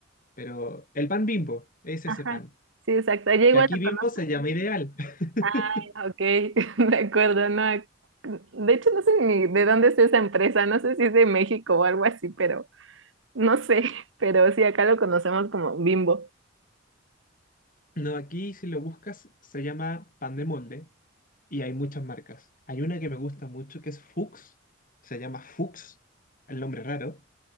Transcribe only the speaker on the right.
Ajá.
Sí, exacto. Ella igual
lo
conoce.
Ah, ok, <laughs> de acuerdo, no. De hecho, no sé ni de dónde es esa empresa, no sé si es de México o algo así, pero no sé, <laughs> pero sí, acá lo conocemos como Bimbo.